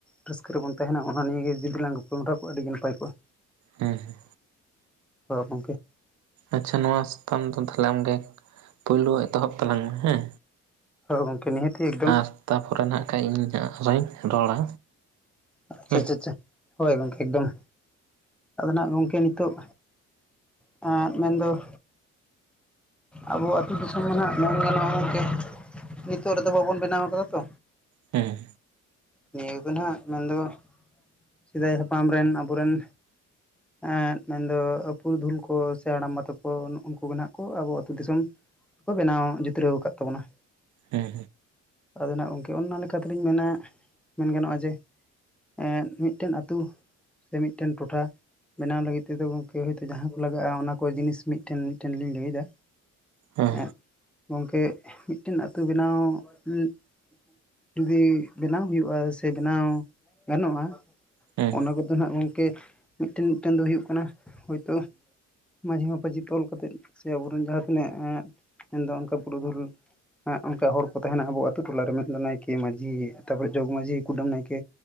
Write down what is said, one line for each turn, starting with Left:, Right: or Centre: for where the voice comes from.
Centre: ᱨᱟᱹᱥᱠᱟᱹ ᱨᱮᱵᱚᱱ ᱛᱮᱦᱮᱸᱱᱟ ᱚᱱᱟ ᱱᱤᱭᱟᱹ ᱜᱮ ᱡᱩᱫᱤ ᱞᱟᱝ ᱜᱟᱯᱟᱞ ᱢᱟᱨᱟᱣ ᱠᱚᱜᱼᱟ ᱟᱹᱰᱤ ᱜᱮ ᱱᱟᱯᱟᱭ ᱠᱚᱜᱼᱟ᱾
Right: ᱦᱩᱸ ᱦᱩᱸ᱾
Centre: <unintelligible> ᱜᱚᱝᱠᱮ᱾
Right: ᱟᱪᱪᱷᱟ ᱱᱚᱣᱟ ᱥᱟᱛᱟᱢ ᱫᱚ ᱛᱟᱦᱚᱞᱮ ᱟᱢᱜᱮ ᱯᱩᱭᱞᱩ ᱮᱛᱚᱦᱚᱵ ᱛᱟᱞᱟᱝ ᱢᱮ ᱦᱮᱸ᱾
Centre: ᱦᱚᱭ ᱜᱚᱝᱠᱮ ᱱᱤᱦᱟᱹᱛᱤ ᱮᱠᱫᱚᱢ᱾
Right: ᱟᱨ ᱛᱟᱯᱚᱨᱮ ᱱᱟᱸᱜ ᱠᱷᱟᱡ ᱤᱧ ᱦᱟᱸᱜ ᱟᱨᱚᱧ ᱨᱚᱲᱟ᱾
Centre: ᱟᱪᱪᱷᱟ
Right: ᱦᱮᱸ
Centre: ᱪᱷᱟ ᱪᱷᱟ ᱦᱳᱭ ᱜᱚᱝᱠᱮ ᱮᱠᱫᱚᱢ ᱟᱫᱚ ᱱᱟᱦᱟᱸᱜ ᱜᱚᱝᱠᱮ ᱱᱤᱛᱳᱜ ᱮᱸᱫ ᱢᱮᱱ ᱫᱚ ᱟᱵᱚ ᱟᱹᱛᱩ ᱫᱤᱥᱚᱢ ᱨᱮᱱᱟᱜ ᱢᱮᱱ ᱜᱟᱱᱚᱜ-ᱟ ᱜᱚᱝᱠᱮ ᱱᱤᱛᱚᱜ ᱨᱮᱫᱚ ᱵᱟᱵᱚᱱ ᱵᱮᱱᱟᱣ ᱠᱟᱫᱟ ᱛᱚ᱾
Right: ᱦᱮᱸ᱾
Centre: ᱱᱤᱭᱟᱹ ᱠᱩ ᱱᱟᱦᱟᱸᱜ ᱢᱮᱱ ᱫᱚ ᱥᱮᱫᱟᱭ ᱦᱟᱯᱲᱟᱢ ᱨᱮᱱ ᱟᱵᱚ ᱨᱮᱱᱼᱼ ᱮᱸᱫ ᱢᱮᱱ ᱫᱚ ᱯᱩᱨᱩᱫᱷᱩᱞ ᱠᱚ ᱥᱮ, ᱦᱟᱲᱟᱢᱵᱟ ᱛᱟᱠᱚ ᱱᱩᱜ ᱩᱱᱠᱩ ᱜᱮ ᱱᱟᱦᱟᱸᱜ ᱠᱚ ᱟᱵᱚ ᱟᱛᱩ ᱫᱤᱥᱚᱢ ᱠᱚ ᱵᱮᱱᱟᱣ ᱡᱤᱛᱨᱟᱹᱣ ᱠᱟᱫ ᱛᱟᱵᱚᱱᱟ᱾
Right: ᱦᱮᱸ
Centre: ᱟᱫᱚ ᱱᱟᱦᱟᱸᱜ ᱜᱚᱝᱠᱮ ᱚᱱᱼᱱᱟ ᱞᱮᱠᱟ ᱛᱮᱞᱤᱧ ᱢᱮᱱᱟ, ᱢᱮᱱ ᱜᱟᱱᱚᱜ-ᱟ ᱡᱮᱼᱼ ᱮᱸᱫ ᱢᱤᱫᱴᱮᱱ ᱟᱛᱩ ᱥᱮ ᱢᱤᱫᱴᱮᱱ ᱴᱚᱴᱷᱟᱼᱼ ᱵᱮᱱᱟᱣ ᱞᱟᱹᱜᱤᱫ ᱛᱮᱫᱚ ᱜᱚᱝᱠᱮ ᱦᱳᱭᱛᱚ, ᱡᱟᱦᱟᱸ ᱠᱚ ᱞᱟᱜᱟᱜ-ᱟ ᱚᱱᱟ ᱠᱚ ᱡᱤᱱᱤᱥ ᱢᱤᱫᱴᱮᱱ ᱢᱤᱫᱴᱮᱱ ᱞᱤᱧ ᱞᱟᱹᱭ ᱫᱟ᱾
Right: ᱦᱮᱸ
Centre: ᱮᱸᱫ ᱜᱚᱝᱠᱮ ᱢᱤᱫᱴᱤᱱ ᱟᱹᱛᱩ ᱵᱮᱱᱟᱣ‌ ᱩᱸᱜᱼᱼ ᱡᱩᱫᱤ ᱵᱮᱱᱟᱣ ᱦᱩᱭᱩᱜ-ᱟ ᱥᱮ, ᱵᱮᱱᱟᱣ ᱜᱟᱱᱚᱜ-ᱟ᱾
Right: ᱦᱮᱸ
Centre: ᱚᱱᱟ ᱠᱚᱫᱚ ᱱᱟᱦᱟᱸᱜ ᱜᱚᱝᱠᱮ, ᱢᱤᱫᱴᱮᱱ ᱢᱤᱫᱴᱮᱱ ᱫᱚ ᱦᱩᱭᱩᱜ ᱠᱟᱱᱟ ᱦᱳᱭᱛᱳᱼᱼ ᱢᱟᱹᱡᱷᱤ ᱢᱟᱯᱟᱡᱷᱤ ᱛᱚᱞ ᱠᱟᱛᱮᱜ ᱥᱮ ᱟᱵᱚᱨ ᱮᱱ ᱡᱟᱦᱟᱸ ᱛᱤᱱᱟᱹᱜ ᱮᱸᱫ ᱢᱮᱱ ᱫᱚ ᱚᱱᱠᱟ ᱯᱩᱨᱩᱫᱷᱩᱞᱼᱼ ᱮᱸᱜ ᱚᱱᱠᱟ ᱦᱚᱲ ᱠᱚ ᱛᱟᱦᱮᱱᱟ ᱟᱵᱚ ᱟᱛᱩ ᱴᱚᱞᱟ ᱨᱮ ᱢᱮᱱ ᱫᱚ ᱱᱟᱭᱠᱮ ᱢᱟᱡᱷᱤ ᱛᱟᱯᱚᱨᱮᱼᱼ ᱡᱚᱜᱽ ᱢᱟᱡᱷᱤ ᱠᱩᱰᱟᱹᱢ ᱱᱟᱭᱠᱮ